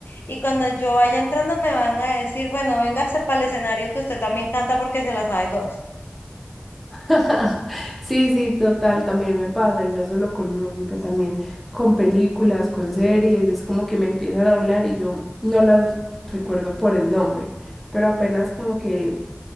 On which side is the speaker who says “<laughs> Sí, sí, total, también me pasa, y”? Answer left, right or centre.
Centre